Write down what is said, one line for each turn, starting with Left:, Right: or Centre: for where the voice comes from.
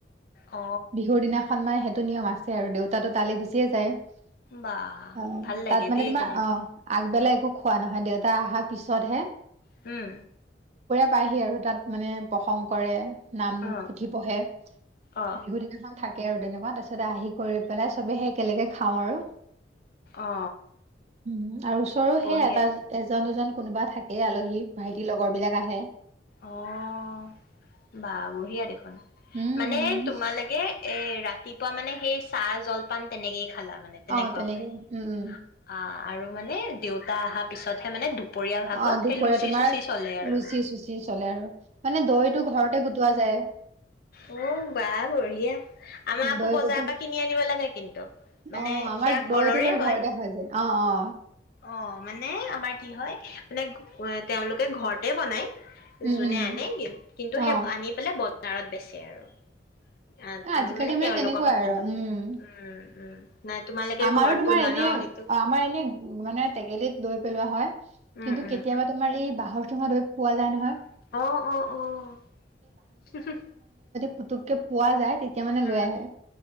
Left: অ
Right: বিহুৰ দিনাখন মানে সে নিয়ম আছে আৰু, দেউতাটো তালৈ গুচিয়ে যায়। অ,
Left: বা
Right: অ।
Left: ভাল লাগে
Right: তাত মানে
Left: দেই
Right: তোমাৰ,
Left: তেনেকে
Right: অ', আগবেলা একো খোৱা নহয়। দে তা আহা পিছতহে
Left: হম!
Right: পায়াহি আৰু তাত মানে প্ৰসংগ কৰে নাম,
Left: অ
Right: পুথি পঢ়ে।
Left: অ
Right: বিহু দিনাখন থাক তাকে আৰু তেনেকুৱা। তাৰ পিছত আহি, কৰি পেলাই চবে সই একেলগে খাওঁ আৰু।
Left: অ
Right: উ আৰু ওচৰো
Left: বঢ়িয়া
Right: সেয় এটা, এজন, দুজন কোনোবা থাকে আলহী ভাইটিৰ লগৰ বিলাক আহে।
Left: অ' বা বঢ়ীয়া দেখোন।
Right: উম
Left: মানে
Right: উম
Left: তোমালাগে এ ৰাতিপুৱা মানে সেই চাহ জলপান তেনেকেই খালা মানে তেনেকুৱা
Right: অ তেনেকে
Left: হয়
Right: উম উম
Left: আহ। আৰু মানে দেউতা অহা পিছতহে মানে দু দুপৰীয়া ভাগত
Right: অ দুপৰীয়া
Left: সেই লুচি
Right: তোমাৰ
Left: চুচি চলে আৰু?
Right: লুচি চুচি চলে আৰু মানে দৈটো ঘৰতে গোটোৱা যায়।
Left: উ বা বঢ়িয়া আমাৰ আকৌ
Right: দৈ
Left: বজাৰৰ
Right: গোটোৱা
Left: পৰা কিনি আনিব লাগে কিন্তু মানে
Right: অ আমাৰ
Left: সেয়া
Right: দৈটো
Left: ঘৰৰে
Right: বাৰু
Left: হয়।
Right: ঘৰতে হৈ যায় অ অ
Left: অ' মানে আমাৰ কি হয় মানে তেওঁলোকে ঘৰতে বনায়।
Right: উম
Left: যোনে
Right: উম
Left: আনে কিন্তু সেই
Right: অ
Left: আনি পেলাই ব বজাৰত বেচে আৰু। অ'
Right: এ,
Left: আমি
Right: আজিকালি
Left: মানে তেওঁলোকক
Right: তেনেকুৱাই
Left: পৰা কিনো
Right: আৰু উম
Left: উম উম। নাই তোমালোকে
Right: আমাৰো
Left: ঘৰত
Right: তোমাৰ
Left: বনোৱা
Right: এনে
Left: ন সেইটো
Right: আমাৰ এনে মানে টেকেলিত দৈ পেলোৱা হয়।
Left: উম
Right: কিন্তু
Left: উম
Right: কেতিয়াবা তোমাৰ এই বাহৰ চূঙা দৈ পোৱা যায় নহয়।
Left: অ' অ' অ'
Right: পুতুকে পোৱা যায় তেয়া তেতিয়া মানে
Left: উম
Right: লৈ আহে